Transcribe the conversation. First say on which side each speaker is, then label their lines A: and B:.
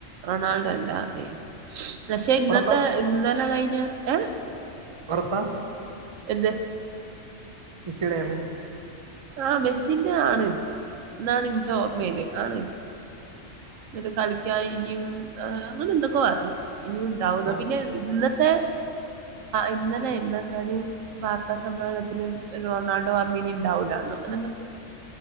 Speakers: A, on the right; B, on the right.
A: റൊണാൾഡോ എല്ലാ ഏയ് പക്ഷെ ഇന്നത്തെ
B: ഉറപ്പാ?
A: ഇന്നലെ കഴിഞ്ഞ ഏഹ്
B: ഒറപ്പ
A: എന്ത്
B: മെസീടെയാന്ന്
A: ആഹ് മെസ്സിന്റെ ആണ് എന്നാണ് ഇനിച്ച് ഓർമയില് ആണ് എന്നട്ട് കളിക്കാൻ ഇനിയും അങ്ങനെ എന്തൊക്കെ പറഞ്ഞ് ഇനിയും ഉണ്ടാവുന്ന്
B: ആ
A: പിന്നെ ഇന്ന തെ ഇന്നലെന്നങ്ങാന് വാർത്താ സമ്മേളനത്തിലും റൊണാൾ ഡൊ പറഞ്ഞ് ഇനി ഇണ്ടാവൂലാന്നൊ അങ്ങനെന്തക്കോ